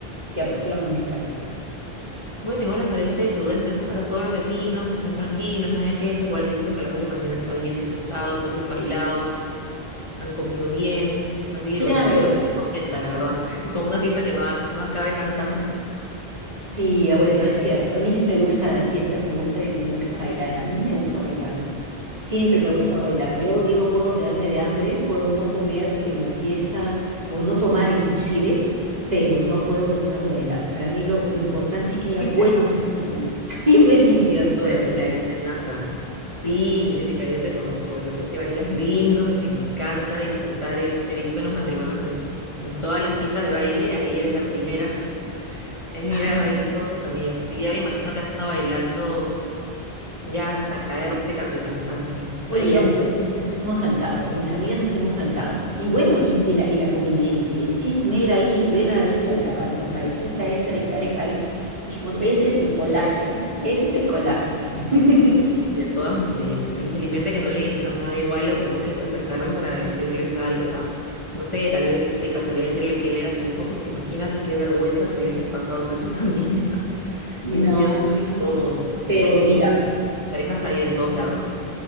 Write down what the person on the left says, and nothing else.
bueno, igual me parece prudente, ¿no? Para todos los vecinos que estén tranquilos, no haya queja. Igual yo siento que a las 2 de la mañana está bien disfrutado, está bien bailado. han comido bien. Así que
bueno, yo estoy contenta, la verdad, <laughs> como una fiesta que no, a- no acabe tan tarde.
<laughs>
Eres
bailarina nata. Sí, Jessica, yo te conozco, yo sé que bailas lindo, que te encanta disfrutar. Yo te he visto en los matrimonios en, en todas las pistas de baile, ahí eres la primera <laughs> en
ir a bailar con tus amigas. Así que ya me imagino que has estado bailando ya hasta caerte ca- de cansancio.
Ay, qué bonito.
<laughs>
Sí, de todas maneras. Aquí felizmente que no le dijeron nada igual o que no se les acercaron para decirles algo. O sea, no sé, tal vez de casualidad decirle que él era su hijo, porque imagínate qué vergüenza que hubiesen pasado tú y tus <laughs> amigas.
Y Hubiese sido súper incómodo, pero-
porque
con parejas hay en todos lados ya.